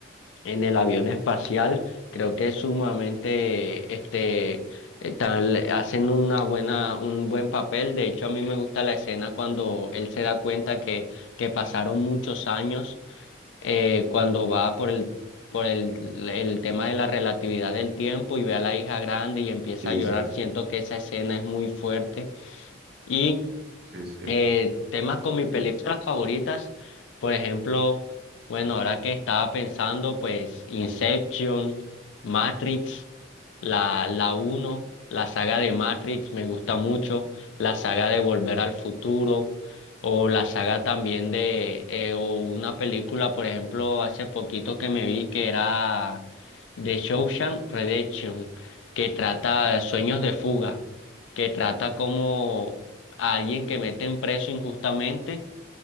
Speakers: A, on the left (about 80°); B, on the right (about 60°).
A: en el avión espacial, creo que es sumamente, este, eh, tan- le- hacen una buena, un buen papel. De hecho, a mí me gusta la escena cuando él se da cuenta que, que pasaron muchos años, eh, cuando va por el, por el, el tema de la relatividad del tiempo y ve a la hija grande y empieza
B: Sí,
A: a llorar.
B: sí,
A: Siento que esa escena es muy fuerte. Y
B: sí, sí.
A: eh, temas con mis películas favoritas, por ejemplo, bueno, ahora que estaba pensando, pues Inception, Matrix, la, la uno, la saga de Matrix me gusta mucho, la saga de Volver al Futuro, o la saga también de, eh, o una película, por ejemplo, hace poquito que me vi que era de Shawshank Redemption, que trata de sueños de fuga que trata como a alguien que meten preso injustamente,